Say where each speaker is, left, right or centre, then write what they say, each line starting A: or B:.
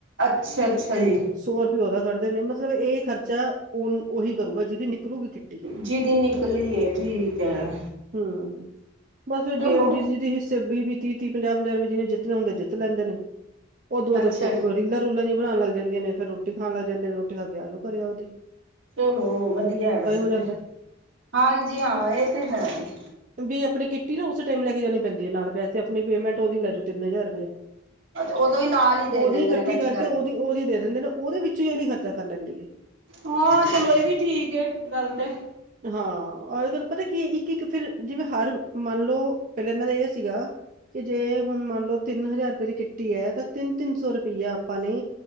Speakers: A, on the right; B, on the right.
A: ਅੱਛਾ-ਅੱਛਾ ਜੀ।
B: ਸੌ ਰੁਪਏ ਓਦਾ ਖੜਦੇ ਨੇ ਮਤਲਬ ਏ ਖਰਚਾ ਔਨ ਓਹੀ ਕਰੂਗਾ ਜਿਦੀ ਨਿਕਲੂਗੀ ਕਿੱਟੀ।
A: ਜਿਹਦੀ ਨਿਕਲੀ ਹੈ ਠੀਕ ਹੈ
B: ਹੂੰ ਬਸ ਫਿਰ
A: ਚਲੋ
B: ਗੇਮ ਜਿਦੀ ਜਿਦੀ ਹਿੱਸੇ ਵੀਹ-ਵੀਹ ਤੀਹ-ਤੀਹ ਪੰਜਾਹ-ਪੰਜਾਹ ਰੁਪਏ ਜਿਨੇ ਜਿੱਤਣੇ ਹੁੰਦੇ ਜਿੱਤ ਲੈਂਦੇ ਨੇ ਓਦੋਂ ਬਾਦ
A: ਅੱਛਾ
B: ਫ ਰੀਲਾ-ਰੁਲਾਂ ਜੀਆਂ ਬਣਾਣ ਲੱਗ ਜਾਂਦੀਆਂ ਨੇ ਫਿਰ ਰੋਟੀ ਖਾਣ ਲਗ ਜਾਂਦੇ ਨੇ ਰੋਟੀ ਖਾ ਕੇ ਆ ਜੋ ਘਰੇ ਆਪਦੇ।
A: ਚਲੋ ਵਧੀਆ ਵੈਸੇ
B: ਜਾਂਦਾ
A: ਤੇ ਹਾਂਜੀ ਹਾਂ ਏ ਤੇ ਹੈ ਈ।
B: ਵੀ ਆਪਣੀ ਕਿੱਟੀ ਨਾ ਉਸੇ ਟਾਈਮ ਲੈ ਕੇ ਜਾਣੀ ਪੈਂਦੀ ਆ ਨਾਲ ਪੈੇਸੇ ਆਪਣੀ ਪੇਮੈਂਟ ਓਦੀ ਲੈਜੋ ਤਿੰਨ ਹਜ਼ਾਰ ਰੁਪਇਆ।
A: ਉਦੋਂ ਹੀ ਨਾਲ ਹੀ ਦੇ
B: ਓਦੀ
A: ਦਿੰਦੇ
B: ਕੱਠੀ
A: ਨੇ ਇਕੱਠੀ
B: ਕਰਕੇ ਓਦੀ-ਓਦੀ ਦੇ ਦਿੰਦੇ ਨੇ ਓਦੇ ਵਿੱਚੋ ਈ ਅਗਲੀ ਖਰਚਾ ਕਰ ਲੈਂਦੀ ਐ।
A: ਹਾਂ ਚਲੋ ਏ ਵੀ ਠੀਕ ਐ ਗੱਲ ਤੇ।
B: ਹਾਂ ਔਰ ਅਗਰ ਪਤਾ ਕੀ ਇੱਕ ਇੱਕ ਫਿਰ ਜਿਵੇਂ ਹਰ ਮੰਨਲੋ ਪੈਲਾਂ ਇਨਾਂ ਦਾ ਏ ਸੀਗਾ ਕੀ ਜੇ ਹੁਣ ਮੰਨਲੋ ਤਿੰਨ ਹਜ਼ਾਰ ਰੁਪਏ ਦੀ ਕਿਟੀ ਐ ਤਾਂ ਤਿੰਨ-ਤਿੰਨ ਸੌ ਰੁਪਈਆ ਆਪਾਂ ਨੇ